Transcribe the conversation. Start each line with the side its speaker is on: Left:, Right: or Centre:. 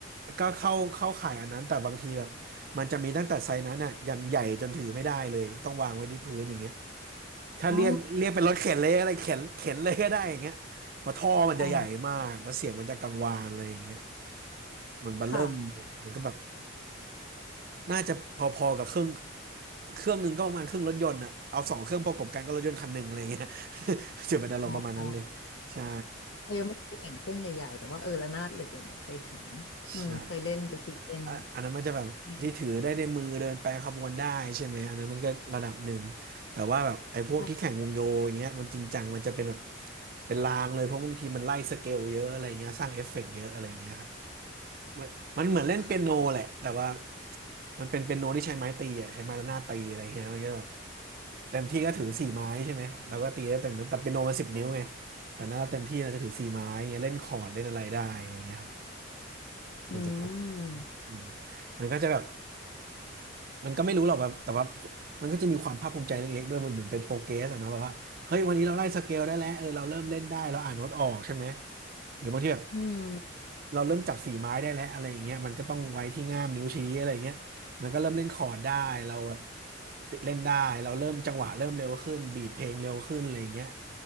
Right: ก็เข้าเข้าข่ายอันนั้นแต่บางทีแบบมันจะมีตั้งแต่ไซส์นั้นอ่ะอย่างใหญ่จนถือไม่ได้เลยต้องวางไว้ที่พื้นอย่างเงี้ยถ้าเรียกเรียกเป็นรถเข็นเลยอะ
Left: อ๋อ
Right: <laughs> ไรเข็นเข็นเลยก็ได้อย่างเงี้ยเพราะท่อมันจะใหญ่มากแล้วเสียงมันจะกังวานอะไรอย่างเงี้ย
Left: อ๋อ
Right: มันเบอเริ่มเลยมันก็แบบ
Left: ค่ะ
Right: น่าจะพอๆกับเครื่องเครื่องหนึ่งก็ประมาณครึ่งรถยนต์อ่ะเอาสองเครื่องประกบกันก็รถยนต์คันหนึ่งอะไรเงี้ย <laughs> จะเป็นอารมณ์ประมาณนั้นเลย
Left: อ๋อ
Right: ใช่
Left: เรายังไม่เคยเห็นเครื่องใหญ่ๆแต่ว่าเออระนาดเหล็กอย่างเงี้ยเคยเห็นอืมเคยเล่นไปตีเล่น
Right: ใช่ อะอันนั้นมันจะแบบที่ถือได้ในมือเดินไปรขบวนได้ใช่ไหมอันนั้นมันก็ระดับหนึ่งแต่ว่าแบบไอ้พวกที่แข่งวงโยอย่างเงี้ยมันจริงจังมันจะเป็นแบบ
Left: ใช่ค่ะ
Right: เป็นรางเลยเพราะบางทีมันไล่สเกลเยอะอะไรเงี้ยสร้างเอฟเฟกต์เยอะอะไรเงี้ยครับมันมันเหมือนเล่นเปียโนแหละแต่ว่า
Left: ค่ะ
Right: มันเป็นเปียโนที่ใช้ไม้ตีอ่ะใช้ไม้ระนาดตีอะไรเงี้ยมันก็แบบเต็มที่ก็ถือสี่ไม้ใช่ไหมเราก็ตีได้เต็มนั้นแต่เปียโนมันสิบนิ้วไงแต่นั้นเราเต็มที่เราจะถือสี่ไม้เงี้ยเล่นคอร์ดเล่นอะไรได้อะไรเงี้ยครับ
Left: อืม
Right: มันจะประมาณนั้นอืมมันก็จะแบบ มันก็ไม่รู้หรอกแบบแต่ว่ามันก็จะมีความภาคภูมิใจเล็กๆด้วยมันเหมือนเป็นโปรเกรสอะเนาะแบบว่าเฮ้ยวันนี้เราไล่สเกลได้แล้วเออเราเริ่มเล่นได้เราอ่านโน้ตออกใช่ไหมหรือบางทีแบบ
Left: อืม
Right: เราเริ่มจับสีไม้ได้แล้วอะไรอย่างเงี้ยมันก็ต้องไว้ที่ง่ามนิ้วชี้อะไรอย่างเงี้ยมันก็เริ่มเล่นคอร์ดได้เราแบบติดเล่นได้เราเริ่มจังหวะเริ่มเร็วขึ้นบีทเพลงเร็วขึ้นอะไรอย่างเงี้ย